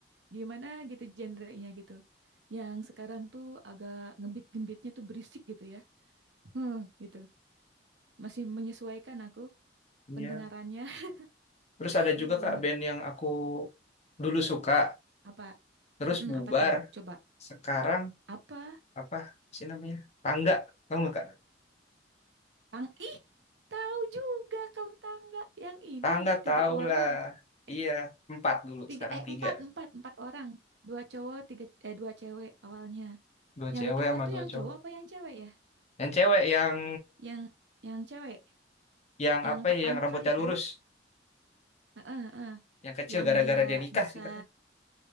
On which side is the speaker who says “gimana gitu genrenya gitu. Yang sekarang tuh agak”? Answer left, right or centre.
Right